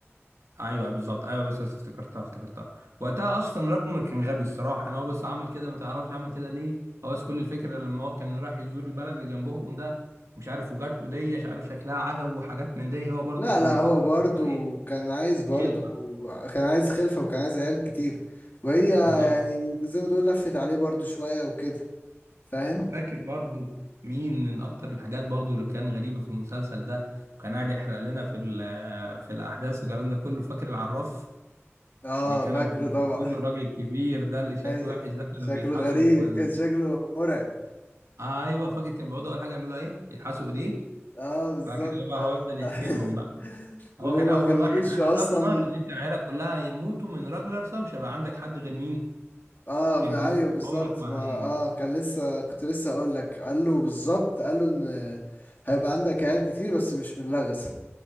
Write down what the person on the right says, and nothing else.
ايوه أيوة، بالظبط ايوه بس بس افتكرتها افتكرتها وقتها اصلا راجنر كان غبي الصراحه انا هو بس عمل كده ما تعرفش عمل كده ليه هو بس كل الفكره لما هو كان راح يزور البلد اللي جنبهم ده مش عارف وجات له دي مش عارف شكلها عجب وحاجات من دي هو برضو
كان
بيفكر
في حوار ايه
خلفه
بالظبط
فاكر برضو مين من اكتر الحاجات برضو اللي كان غريبه في المسلسل ده وكان قاعد يحرق لنا في ال- في الاحداث والكلام ده كله فاكر العراف
اللي كانوا
بيروحوا
له الراجل الكبير ده
اللي شكله
وحش ده كانوا
بيلحسوا
ايوه فاكر كان بيقعدوا اول حاجه يعملوا ايه يلحسوا ايديه
بعد كده بقى هو يفضل
يحكي لهم بقى هو
كان اول
واحد
قال لراجنر
ان انت عيالك كلها هيموتوا من راجلر مش هيبقى عندك حد غير مين
غير بيهم
عمرك ما
هي